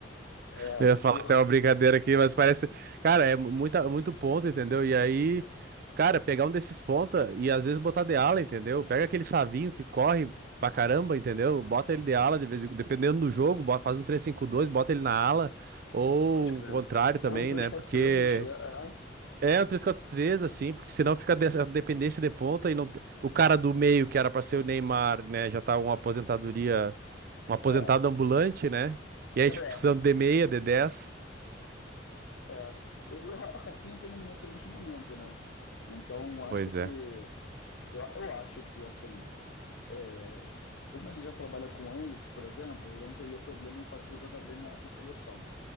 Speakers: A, on the left; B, on the right.
A: É,
B: Eu ia falar
A: porra,
B: até uma brincadeira aqui, mas parece. Cara, é muita, muito ponto, entendeu? E aí, cara, pegar um desses ponta e às vezes botar de ala, entendeu? Pega aquele Savinho que corre pra caramba, entendeu? Bota ele de ala, de vez em... dependendo do jogo, bota- faz um três cinco dois, bota ele na ala, ou
A: pode crer.
B: o contrário também,
A: Ou um três
B: né?
A: 4
B: Porque.
A: três né?
B: É um três quatro três assim, porque senão fica dessa dependência de ponta e não. te- O cara do meio, que era pra ser o Neymar, né? Já tá uma aposentadoria. Um aposentado
A: É,
B: ambulante, né? E aí,
A: é,
B: tipo, precisando de meia, de 10.
A: é. O Ra- Rafinha está num excelente momento, né? Então, acho
B: Pois
A: que.
B: é.
A: Eu, eu acho que, assim. é, como ele já trabalha com o Endrick, por exemplo, ele não teria problema em fazer ele jogar bem na, na seleção.